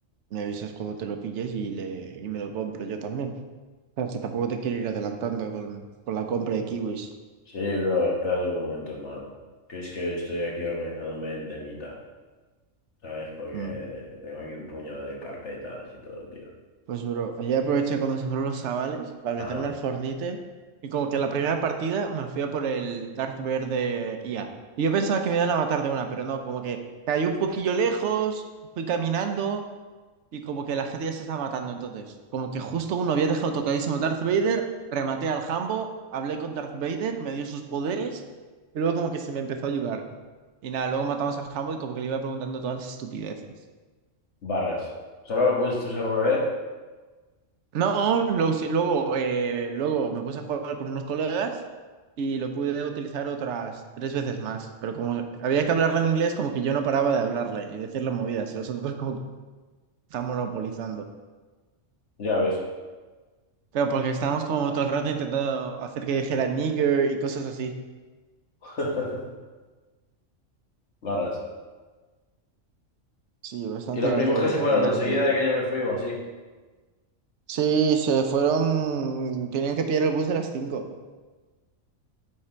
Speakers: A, on the right; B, on the left.
A: me avisas cuando te lo pilles y, le, y me lo compro yo también. O sea, que tampoco te quiero ir adelantando con, con la compra de kiwis.
B: Sí, bro, espérate un momento, hermano. Que es que estoy aquí organizándome el temita. ¿sabes? Porque
A: Mm.
B: tengo aquí un puñado de carpetas y todo, tío.
A: Pues, bro, ayer aproveché cuando se fueron los chavales para meterme
B: Ajá,
A: al Fornite y como que la primera partida me fui a por el Darth Vader de IA. Y yo pensaba que me iban a matar de una, pero no, como que caí un poquillo lejos, fui caminando y como que la gente ya se estaba matando entonces. Como que justo uno había dejado tocadísimo Darth Vader, rematé al Jambo, hablé con Darth Vader, me dio sus poderes y luego como que se me empezó a ayudar. Y nada, luego matamos al Jambo y como que le iba preguntando todas las estupideces.
B: barras. Solo lo pudiste usar una vez,
A: No, lo usé- luego, eh, luego me puse a jugar con unos colegas y lo pude utilizar otras tres veces más, pero como había que hablarle en inglés, como que yo no paraba de hablarle y decirle movidas, y los otros <laughs> como que estaban monopolizando.
B: ya ves.
A: Pero porque estábamos como todo el rato intentando hacer que dijera nigger y cosas así.
B: <laughs> Barras.
A: Sí, bastante
B: Y los
A: gracioso
B: primos que se fueron
A: el Darth
B: enseguida
A: Vader.
B: de que yo me fui o así.
A: Sí, se fueron, tenían que pillar el bus de las cinco